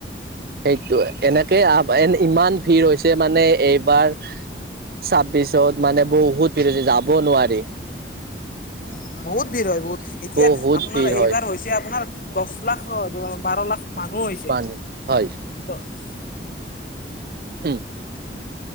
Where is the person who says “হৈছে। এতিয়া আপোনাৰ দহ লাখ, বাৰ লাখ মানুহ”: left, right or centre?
Left